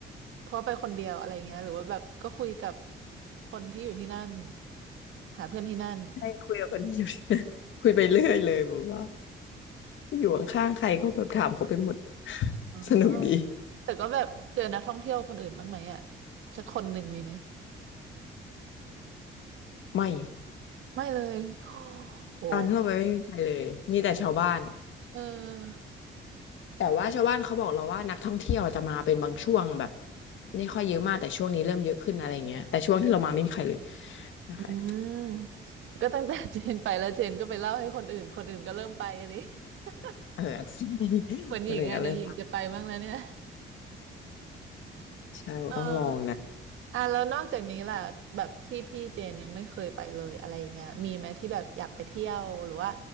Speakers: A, on the right; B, on the left.
A: เพราะไปคนเดียวอะไรเงี้ยหรือว่าแบบก็คุยกับคนที่อยู่ที่นั่นหาเพื่อนที่นั่น
B: ให้คุยกับคนที่อยู่ <laughs> คุยไปเรื่อยเลยแบบว่าอยู่ข้างๆใครก็แบบถามเขาไปหมด <laughs>
A: อ๋อ
B: สนุกดี
A: แต่ก็แบบเจอนักท่องเที่ยวคนอื่นบ้างไหมอ่ะสักคนหนึ่งมีไหม
B: ไม่
A: ไม่เลยโอ้โห
B: ตอนที่เราไปไม่มีใครเลยมีแต่ชาวบ้าน
A: เออ
B: แต่ว่าชาวบ้านเขาบอกเราว่านักท่องเที่ยวจะมาเป็นบางช่วงแบบไม่ค่อยเยอะมากแต่ช่วงนี้เริ่มเยอะขึ้นอะไรอย่างเงี้ยแต่ช่วงที่เรามาไม่มีใครเลยนะคะ
A: อืมก็ตั้งแต่เจนไปแล้วเจนก็ไปเล่าให้คนอื่นคนอื่นก็เริ่มไปอันนี้ <laughs>
B: เอออาจจะ <laughs>
A: เหมือนหญิงอ่ะเดี๋ยวหญิงจะไปบ้างแล้วเนี่ย
B: มันห <laughs> นึ่งกันเรื่องใช่ต้องลองนะ
A: เออ อ่ะแล้วนอกจากนี้ล่ะแบบที่ที่เจนยังไม่เคยไปเลยอะไรอย่างเงี้ยมีไหมที่แบบอยากไปเที่ยวหรือว่า